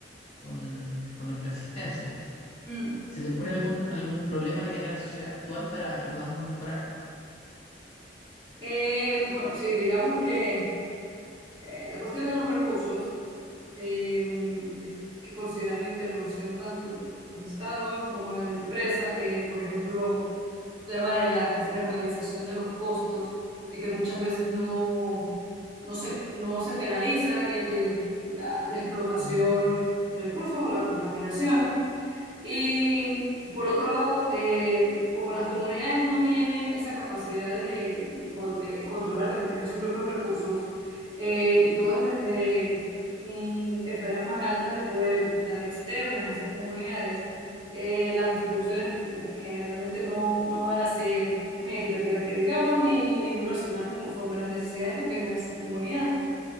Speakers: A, on the left; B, on the right.
A: con- con nuestra existencia.
B: mm,
A: ¿Se te ocurre
B: ujú.
A: algún, algún problema que tenga la sociedad actual para que podamos mejorar?
B: Eh, bueno, sí, digamos que... Eh, la cuestión de los recursos, eh, es que considerar la intervención tanto de los estados como de la empresa, eh, por ejemplo, el tema de la externalización de los costos, de que muchas veces no, no se, no se penaliza el- el- la, la explotación
A: Mm,
B: de recursos o la contaminación. Y por otro lado, eh, como las comunidades no tienen esa capacidad de, de con- de controlar, de manejar sus propios recursos, eh, y todo es desde mm, esferas más altas de poder que están externas a esas comunidades, eh, las distribuciones eh, generalmente no, no van a ser muy equitativas, que digamos, ni, ni muy racionales conforme a las necesidades que tengan esas comunidades.